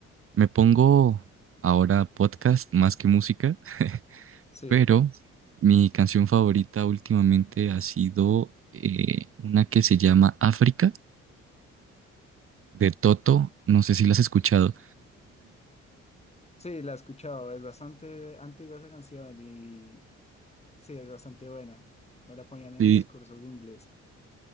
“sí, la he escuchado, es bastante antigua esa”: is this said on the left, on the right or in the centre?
Left